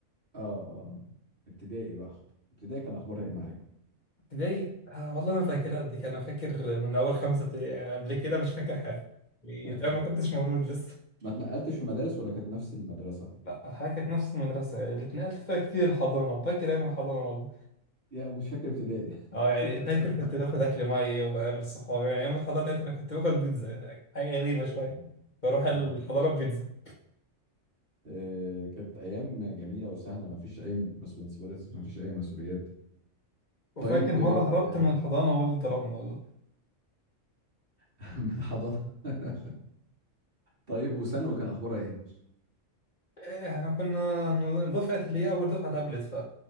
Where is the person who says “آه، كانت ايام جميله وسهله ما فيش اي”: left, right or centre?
Right